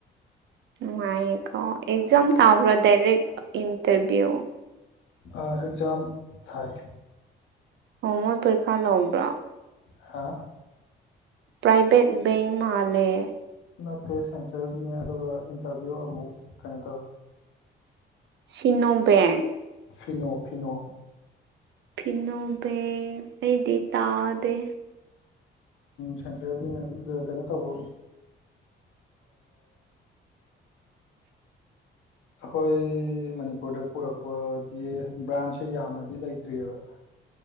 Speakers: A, on the right (about 65°); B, on the left (about 80°).
A: ꯅꯨꯪꯉꯥꯏꯌꯦꯀꯣ ꯑꯦꯛꯖꯝ ꯊꯥꯕ꯭ꯔꯥ ꯗꯗꯥꯏꯔꯦꯛ ꯏꯟꯇꯔꯚ꯭ꯌꯨ
B: ꯑꯦꯛꯖꯥꯝ ꯊꯥꯏ
A: ꯑꯣ ꯃꯣꯏ ꯄꯔꯤꯈꯥ ꯂꯧꯕꯔꯣ
B: ꯍꯥ
A: ꯄ꯭ꯔꯥꯏꯚꯦꯠ ꯕꯦꯡꯛ ꯃꯥꯂꯦ
B: ꯅꯠꯇꯦ ꯁꯦꯟꯇ꯭ꯔꯦꯜꯒꯤꯅꯤ ꯑꯗꯨꯒ ꯏꯟꯇꯔꯚꯤꯌꯨ ꯑꯃꯨꯛ ꯀꯩꯅꯣ ꯇꯧꯋꯦ
A: ꯁꯤꯅꯣ ꯕꯦꯡꯛ
B: ꯐꯤꯅꯣ ꯐꯤꯅꯣ
A: ꯐꯤꯅꯣꯕꯦꯡ ꯑꯩꯗꯤ ꯇꯥꯗꯦ
B: ꯁꯦꯟꯇ꯭ꯔꯦꯜꯒꯤꯅꯦ ꯀꯩꯅꯣ ꯇꯧꯕ
A: <unintelligible> ꯇꯥꯗ꯭ꯔꯦ
B: ꯑꯩꯈꯣꯏ ꯃꯅꯤꯄꯨꯔꯗ ꯄꯨꯔꯛꯄꯗꯤ ꯕ꯭ꯔꯥꯟꯁꯦ ꯌꯥꯝꯅꯗꯤ ꯂꯩꯇ꯭ꯔꯤꯌꯦꯕ